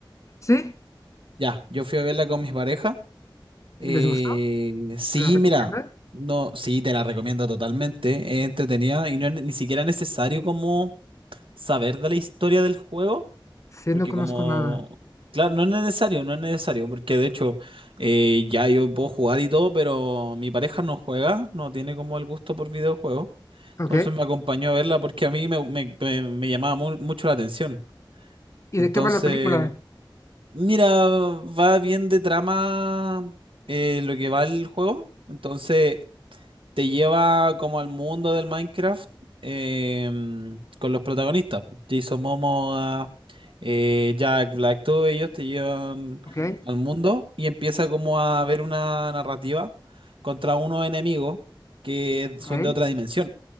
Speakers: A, on the left; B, on the right.
A: Sí,
B: Ya, yo fui a verla con mis parejas. Eh,
A: y les gustó.
B: sí,
A: ¿Me la recomienda?
B: mira, no, sí, te la recomiendo totalmente. Es entretenida y no es ni siquiera necesario como saber de la historia del juego,
A: Sí,
B: porque
A: no conozco
B: como,
A: nada.
B: claro, no es necesario, no es necesario, porque de hecho eh, ya yo puedo jugar y todo, pero mi pareja no juega, no tiene como el gusto por videojuegos, entonces
A: Ok.
B: me acompañó a verla porque a mí me, me- me- me llamaba mu- mucho la atención.
A: ¿Y
B: Entonces,
A: de qué va la película?
B: mira, va bien de trama eh, lo que va el juego, entonces te lleva como al mundo del Minecraft em, con los protagonistas. po. Jason Momoa, eh, Jack Black, todos ellos te llevan
A: Ok,
B: al mundo y empieza como a ver una narrativa contra unos enemigos que son
A: ok,
B: de otra dimensión,